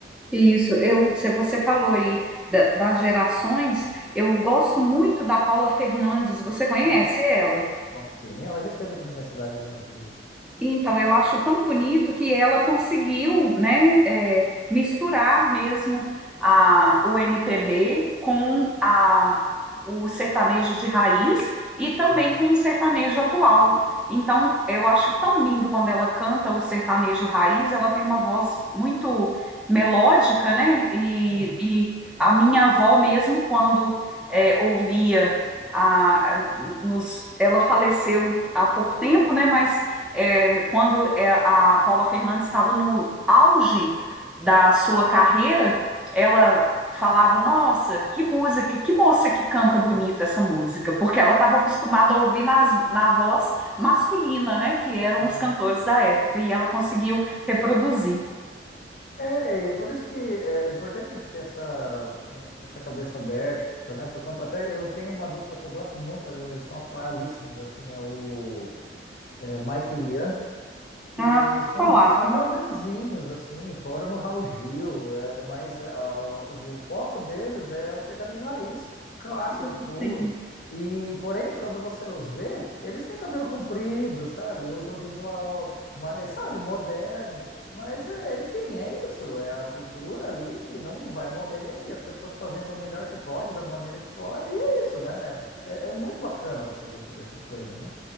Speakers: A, in the centre; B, on the left.
A: Isso, eu, se você falou aí da- das gerações, eu gosto muito da Paula Fernandes. Você conhece
B: Uhum,
A: ela?
B: Bom, sim, ela já esteve aqui na minha cidade algumas vezes.
A: Então, eu acho tão bonito que ela conseguiu, né, é, misturar mesmo a, o MPB com a, o sertanejo de raiz e também
B: uhum,
A: com o sertanejo atual. Então, eu acho tão lindo quando ela canta o sertanejo raiz, ela tem uma voz muito melódica, né? E,
B: uhum,
A: e a minha avó mesmo, quando é, ouvia a, a- nos, ela faleceu há pouco tempo, né? Mas é, quando é, a Paula Fernandes estava no auge da sua carreira, ela falava: Nossa, que música, que moça que canta bonito
B: uhum,
A: essa música, porque ela estava acostumada a ouvir nas, na voz masculina, né, que eram
B: sim.
A: os cantores da época, e ela conseguiu reproduzir.
B: É, e é por isso que é é importante a gente ter essa, é, essa cabeça aberta, né? Por conta, até eu tenho uma dupla que eu gosto muito, ela- eles são atualíssimos, assim, é o é, Mike Lian
A: Ah,
B: E são,
A: falava,
B: jo- são jovenzinhos, assim, foram no Raul Gil, é, mas ah, o foco deles é o sertanejo raiz, clássico,
A: nossa,
B: puro. E, porém, quando você os vê, eles têm cabelo comprido, sabe? Usam visual mais, sabe, moderno. Mas, é, enfim, é isso. É a cultura ali que não vai morrer e as pessoas fazendo o melhor que pode, da maneira que pode, e é isso, né? É, é muito bacana você ver todas essas coisas, né?